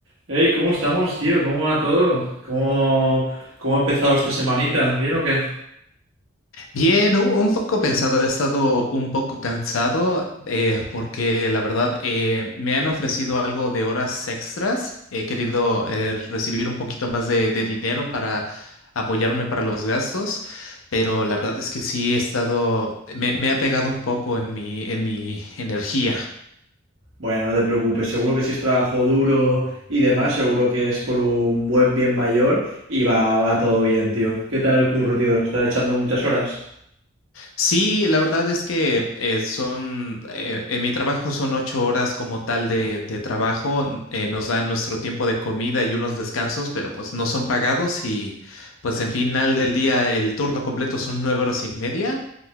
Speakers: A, on the right (about 80°); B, on the left (about 85°).
A: Hey, ¿cómo estamos, tío? ¿Cómo va todo? ¿Cómo, cómo ha empezado esta semanita? ¿Bien o qué?
B: Bien, u- un poco pensado, he estado un poco cansado eh, porque la verdad eh, me han ofrecido algo de horas extras. He querido eh, recibir un poquito más de, de dinero para apoyarme para los gastos, pero la verdad es que sí he estado, me, me ha pegado un poco en mi, en mi energía.
A: Bueno, no te preocupes, seguro que si es trabajo duro y demás, seguro que es por un buen bien mayor y va, va todo bien, tío. ¿Qué tal el curro, tío? ¿Estás echando muchas horas?
B: Sí, la verdad es que eh, son, eh, en mi trabajo son ocho horas como tal de, de trabajo, eh, nos dan nuestro tiempo de comida y unos descansos, pero pues no son pagados y pues en final del día el turno completo son nueve horas y media